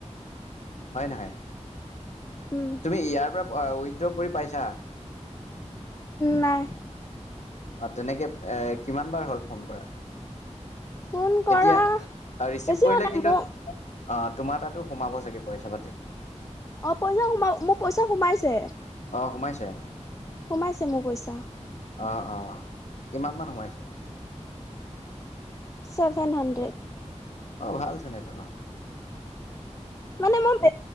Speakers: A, on the left (about 70°); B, on the left (about 25°).
A: হয় নহয়,
B: উম,
A: তুমি ইয়াৰ পৰা উইড্ৰ কৰি পাইছা?
B: নাই।
A: অ তেনেকে এ কিমান বাৰ হ'ল ফোন কৰা?
B: ফোন কৰা
A: এতিয়া, ৰিচিভ
B: বেছি
A: কৰিলে
B: হোৱা নাই
A: কিন্তু
B: মোৰ
A: অ তোমাৰ তাতো সোমাব চাগে পইচা পাতি
B: অ পইচা সোমা মোক পইচা সোমাইছে।
A: অ সোমাইছে।
B: সোমাইছে মোৰ পইচা।
A: অ অ কিমান মান সোমাইছে?
B: ছেভেন হানড্ৰেড
A: অ ভালচোন এটো ন।
B: মানে মই বে